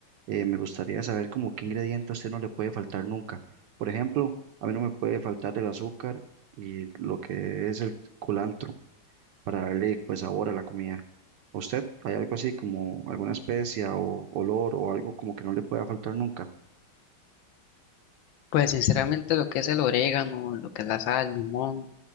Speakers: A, on the right; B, on the left.
A: eh, me gustaría saber como qué ingrediente a usted no le puede faltar nunca. Por ejemplo, a mí no me puede faltar el azúcar y lo que es el culantro para darle pues sabor a la comida. ¿A usted hay algo así como alguna especia o olor o algo como que no le pueda faltar nunca?
B: Pues sinceramente lo que es el orégano, lo que es la sal, el limón,